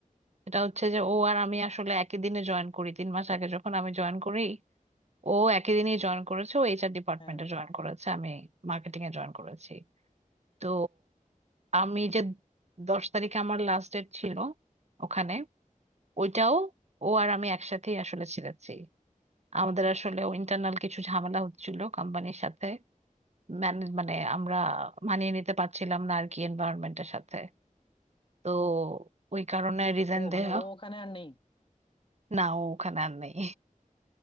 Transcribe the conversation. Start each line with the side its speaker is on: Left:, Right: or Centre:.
Right: এটা হচ্ছে যে ও আর আমি আসলে একই দিনে জয়েন করি তিন মাস আগে যখন আমি জয়েন করি ও একই দিনে জয়েন করেছে ও এইচআর ডিপার্টমেন্টে
Left: হ্যাঁ
Right: জয়েন করেছে আমি মার্কেটিং এ জয়েন করেছি তো আমি যে দশ তারিখে আমার লাস্ট ডেট ছিল ওখানে ওইটাও ও আর আমি একসাথেই আসলে ছিলেছি আমাদের আসলে ইন্টারনাল কিছু ঝামেলা হচ্ছিল কোম্পানির সাথে ম্যানেজ মানে আমরা মানিয়ে নিতে পারছিলাম না আর কি এনভায়রনমেন্টের সাথে তো ওই কারণে রিজাইন
Left: ও
Right: দেওয়া
Left: মানে ও ওখানে আর নেই
Right: না ও ওখানে আর নেই